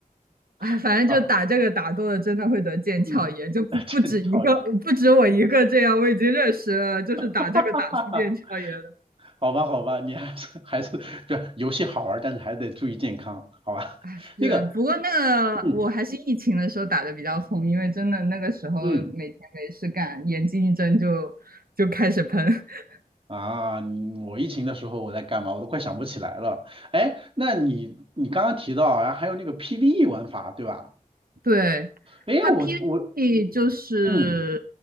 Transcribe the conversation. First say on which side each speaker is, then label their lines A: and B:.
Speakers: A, on the right; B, on the right.
A: <laughs> 哎，
B: <laughs>
A: 反正就打这个打多了，
B: 啊，
A: 真的会得腱鞘炎，
B: 嗯，
A: 就不不止一个，
B: <laughs> 真讨厌。
A: 不止我一个这样，我已经认识了，就是打这个打出腱鞘炎的。
B: <laughs> 好吧，好吧，你还是还是不是游戏好玩，但是还得注意健康，好吧？
A: 哎，
B: <laughs>
A: 是，
B: 那个，
A: 不过那个我还是疫情的时候打的比较疯，
B: 嗯
A: 因为真的那个时候每天没事干，
B: 嗯
A: 眼睛一睁就就开始喷。<laughs>
B: 啊，你我疫情的时候我在干嘛？我都快想不起来了。哎，那你你刚刚提到啊，还有那个 PVE 玩法，对吧？
A: 对，
B: 哎，
A: 它
B: 我我
A: PVP 就是
B: 嗯